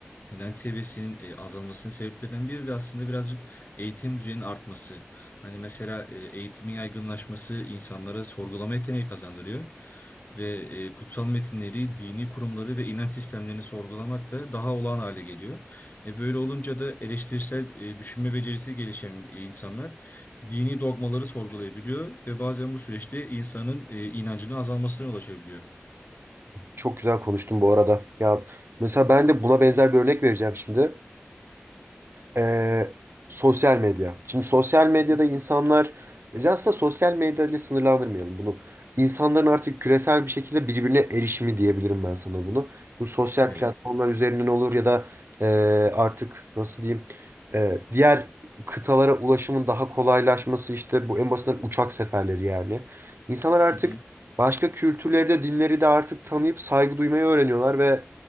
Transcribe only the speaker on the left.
inanç seviyesinin e, azalmasının sebeplerinden biri de aslında birazcık eğitim düzeyinin artması. Hani mesela e, eğitimin yaygınlaşması insanlara sorgulama yeteneği kazandırıyor. Ve e, kutsal metinleri, dini kurumları ve inanç sistemlerini sorgulamak da daha olağan hale geliyor. E, böyle olunca da eleştirisel e, düşünme becerisi gelişen e, insanlar dini dogmaları sorgulayabiliyor ve bazen bu süreçte insanın e, inancının azalmasına yol açabiliyor.
Hı.
Evet.
Hı hı.